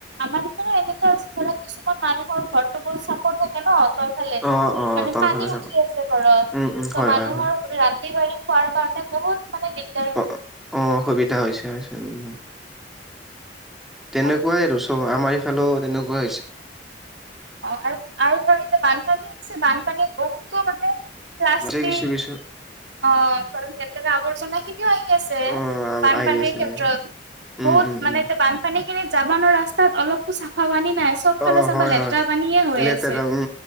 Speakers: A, on the right; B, in the centre.
A: আমাৰ সেইফালে এনেকুৱা আছে ধৰা কিছুমান মানুহৰ ঘৰ টোপো চাপো থাকে ন তলফালে
B: অ অ
A: মানে
B: তলফালে
A: পানী
B: চাব
A: উঠি আছে ঘৰত,
B: উম উম
A: ত
B: হয়
A: মানুহৰ
B: হয় হয়
A: গোটে ৰান্ধি - বাৰি খোৱাৰ কাৰণে বহুত মানে দে
B: অ অ অসুবিধা হৈছে হৈছে উম তেনেকুৱাই
A: অ
B: আৰু চু ত' আমাৰ ইফালেও তেনেকুৱা হৈছ
A: অ আৰু আৰু ধৰ এতিয়া বানপানী হৈছে, বানপানীত বহুতো মানে প্লাষ্টিক
B: মাজে কিছু কিছু
A: অ তৰ লেতেৰা আৱৰ্জনা কি কিয় আহি আছে
B: অ
A: বানপানীৰ
B: আহি আছে
A: ক্ষেত্ৰত
B: আহি আছে উম
A: বহুত
B: উম
A: মানে
B: উম
A: এটো বানপানী খিনি জাবানৰ ৰাস্তাত অলপকো চাফা পানী নাই চু চব
B: অ
A: ফালে চাবা
B: হয়
A: লেতেৰা
B: হয়
A: পানীয়ে হৈ
B: লেতেৰা
A: আছে
B: উম